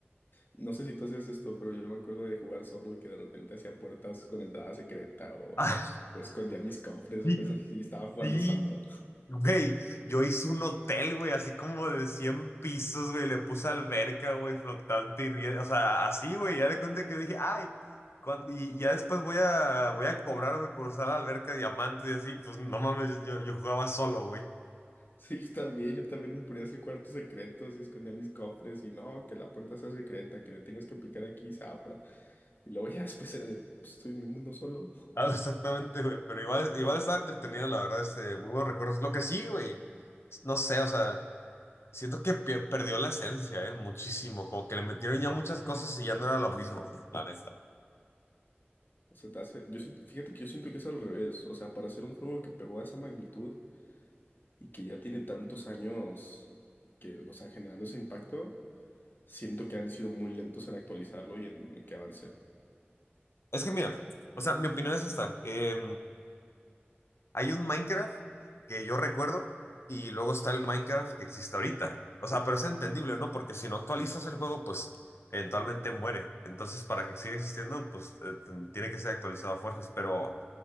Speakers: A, on the left; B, on the left.
A: no sé si tú hacías esto, pero yo me acuerdo de jugar solo y que de repente hacía puertas con entrada secreta o,
B: <laughs>
A: o escondía mis cofres
B: Sí,
A: o cosas así y estaba jugando
B: Sí,
A: solo. <laughs>
B: güey, yo hice un hotel, güey, así como de 100 pisos, güey, le puse alberca, güey, flotante y riel, o sea, así, güey, ya le conté que dije, ay, cuan- y ya después voy a, voy a cobrar, güey, por usar la alberca diamante y así, pues no mames, yo, yo jugaba solo, güey.
A: Sí, yo también, yo también me ponía a hacer cuartos secretos y escondía mis cofres y no, que la puerta sea secreta, que le tengas que picar aquí y se abra. Y luego ya <laughs> después era de, "Pues, estoy en mi mundo solo.
B: Ah, exactamente, güey, pero igual, igual estaba entretenido, la verdad, este, muy buenos recuerdos. Lo que sí, güey, no sé, o sea, siento que pe- perdió la esencia, eh, muchísimo, como que le metieron ya muchas cosas y ya no era lo mismo, güey, la neta.
A: O sea, te hace- yo siento- fíjate que yo siento que es al revés. O sea, para hacer un juego que pegó a esa magnitud, y que ya tiene tantos años que, o sea, generando ese impacto, siento que han sido muy lentos en actualizarlo y en que avance.
B: Es que mira, o sea, mi opinión es esta. eh, hay un Minecraft que yo recuerdo y luego está el Minecraft que existe ahorita. O sea, pero es entendible, ¿no? Porque si no actualizas el juego, pues eventualmente muere. Entonces, para que siga existiendo, pues eh, t- tiene que ser actualizado a fuerzas. Pero